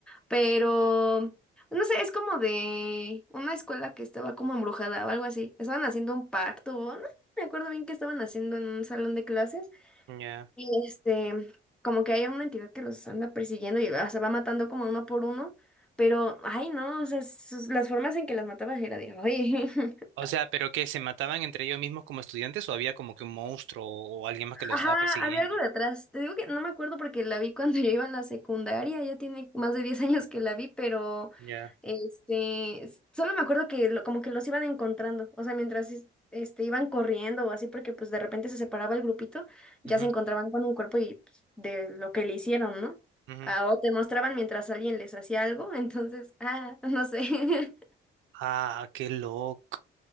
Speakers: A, in the centre; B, on the right (about 80°).
A: Pero, no sé, es como de una escuela que estaba como embrujada o algo así. Estaban haciendo un pacto, o no me acuerdo bien qué estaban haciendo en un salón de clases.
B: Ya.
A: Y este, como que hay una entidad que los anda persiguiendo y o sea, va matando como uno por uno, pero, ay, no, o sea, sus- las formas en que las mataba era de, oye. <laughs>
B: O sea, ¿pero que se mataban entre ellos mismos como estudiantes o había como que un monstruo o alguien más que lo
A: Ajá,
B: estaba persiguiendo?
A: había algo de atrás. Te digo que no me acuerdo porque la vi cuando <laughs> yo iba en la secundaria, ya tiene más de 10 años que la vi, pero
B: Ya.
A: este, s- solo me acuerdo que lo- como que los iban encontrando, o sea, mientras es- este, iban corriendo o así, porque pues de repente se separaba el grupito, ya
B: Ujú,
A: se encontraban con un cuerpo y pues, de lo que le hicieron, ¿no?
B: ujú.
A: Ah, o te mostraban mientras alguien les hacía algo, <laughs> entonces, ah, no sé. <laughs>
B: Ah, qué loco.